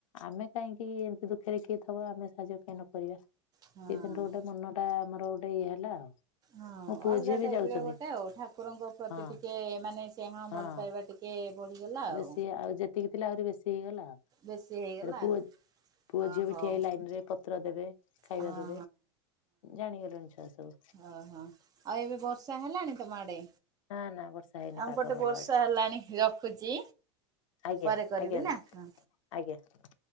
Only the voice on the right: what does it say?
ହଁ।
ହଁ
ଅଲଗା
ଟାଇପ୍
ର ଗୋଟେ ଆଉ ଠାକୁରଙ୍କ ପ୍ରତି
ଟିକିଏ ମାନେ ସ୍ନେହ
ଭଲ ପାଇବା ଟିକ କେ ବଢିଗଲା। ଆଉ
ବେଶୀ ହେଇଗଲା।
ଅ
ହଉ
ହଁ
ଓ ହଁ, ଆଉ ଏବେ ବର୍ଷା ହେଲାଣି ତୋମ ଆଡେ?
ଆମ
ପଟେ
ବର୍ଷା
ହେଲାଣି ରଖୁଛି
ପରେ କରିବି
ନା
ହଁ।